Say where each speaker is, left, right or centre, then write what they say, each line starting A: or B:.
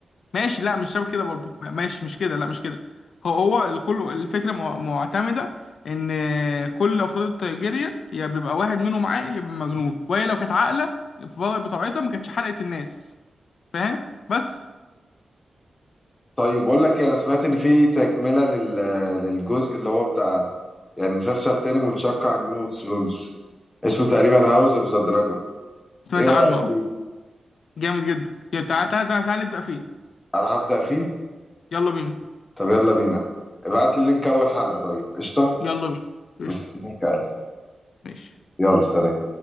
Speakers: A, on the left (about 70°); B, on the left (about 20°).
A: ماشي لا مش شبه كده برضه لا، ماشي مش كده لا مش كده هو هو الكل الفكره مع- معتمده ان كل افراد الترجيريان يا بيبقى واحد منهم عاقل يا بيبقى مجنون وهي لو كانت عاقله في بطاقتها ما كانتش حرقت الناس فاهم بس
B: طيب بقول لك إيه، انا سمعت ان في تكمله لل... للجزء اللي هو بتاع يعني مسلسل تاني منشق عن جيم اوف ثرونز اسمه تقريبا هاوس اوف ذا دراجون
A: سمعت
B: ايه رايك
A: عنه آه.
B: فيه
A: جامد جدا يلا، تعال تعال تعال تعال نبدا فيه
B: انا هبدا فيه
A: يلا بينا
B: طب يلا بينا ابعت لي لينك اول حلقه طيب قشطه
A: يلا بينا قشطه
B: مستنيك يا قلبي
A: ماشي
B: يلا سلام